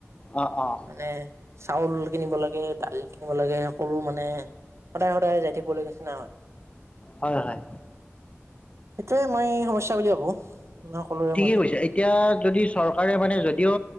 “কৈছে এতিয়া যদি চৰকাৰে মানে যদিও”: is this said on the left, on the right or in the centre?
Left